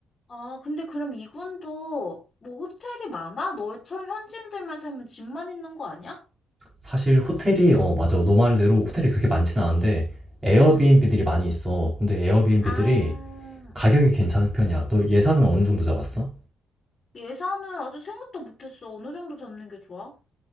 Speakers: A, on the left (about 40°); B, on the right (about 15°).
A: 아, 근데 그럼 이군도 뭐 호텔이 많아? 너처럼 현지인들만 살면 집만 있는 거 아니야?
B: 사실 호텔이 어 맞아. 너 말대로 호텔이 그렇게 많진
A: 응.
B: 않은데 에어비앤비들이
A: 응.
B: 많이 있어. 근데 에어비앤비들이
A: 아,
B: 가격이
A: 어.
B: 괜찮은 편이야. 너 예산은 어느 정도 잡았어?
A: 예산은 아직 생각도 못했어. 어느 정도 잡는 게 좋아?